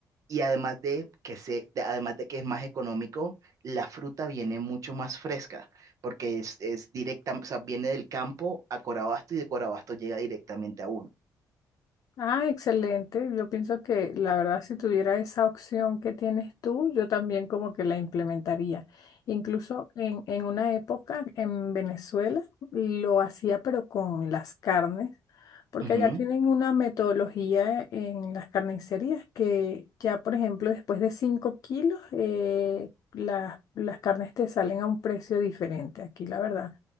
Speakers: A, on the right; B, on the left.
A: y además de que se, de- además de que es más económico, la fruta viene mucho más fresca, porque es, es directa, o sea, viene del campo a Corabasto y de Corabasto llega directamente a uno.
B: Ah, excelente. Yo pienso que la verdad, si tuviera esa opción que tienes tú, yo también como que la implementaría. Incluso en, en una época en Venezuela lo hacía, pero con las carnes, porque
A: Ujú.
B: allá tienen una metodología en las carnicerías que ya, por ejemplo, después de 5 kilos, eh, las, las carnes te salen a un precio diferente. Aquí, la verdad,